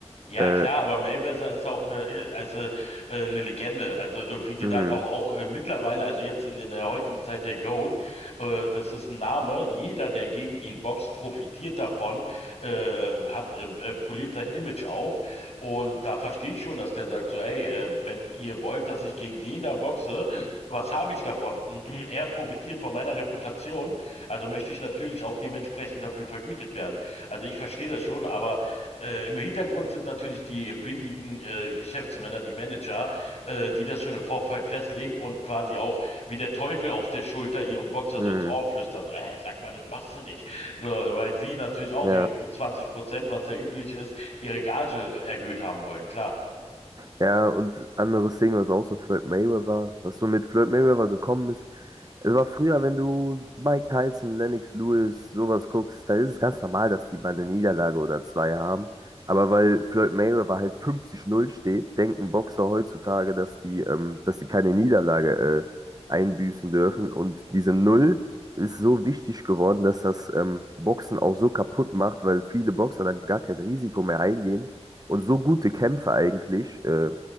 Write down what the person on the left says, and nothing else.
Ja,
klar, aber Mayweather ist auch eine, äh, also, äh, eine Legende. Also, äh, wie gesagt,
auch, auch äh, mittlerweile, also jetzt in, in der heutigen Zeit der GOAT, äh, das ist ein Name. Jeder, der gegen ihn boxt, profitiert davon, äh, hat, äh, äh, poliert sein Image auf. Und da verstehe ich schon, dass der sagt so, ey, äh, wenn ihr wollt, dass ich gegen den da boxe, was habe ich davon? <clears throat> Er profitiert von meiner Reputation, also möchte ich natürlich auch dementsprechend dafür vergütet werden. Also, ich verstehe das schon, aber äh, im Hintergrund sind natürlich die windigen äh, Geschäftsmänner, die Manager, äh, die das schon im Vorfeld festlegen und quasi auch wie der Teufel auf der Schulter ihrem Boxer
so ins Ohr flüstern. So, äh, sag mal, das machst du nicht. So, weil sie natürlich auch
ihre 20 Prozent, was ja üblich ist, ihre Gage erhöht haben wollen, klar.